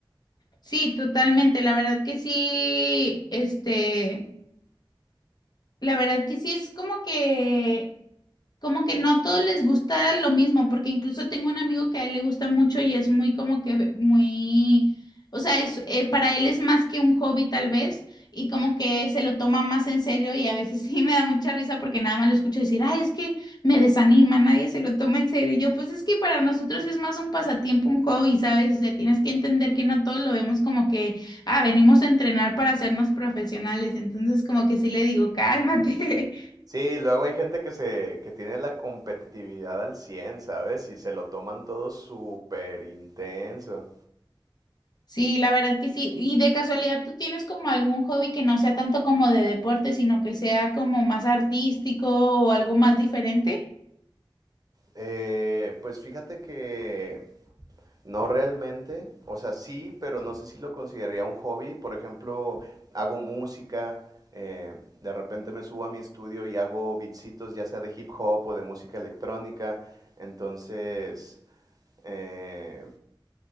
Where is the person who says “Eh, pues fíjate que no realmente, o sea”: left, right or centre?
Right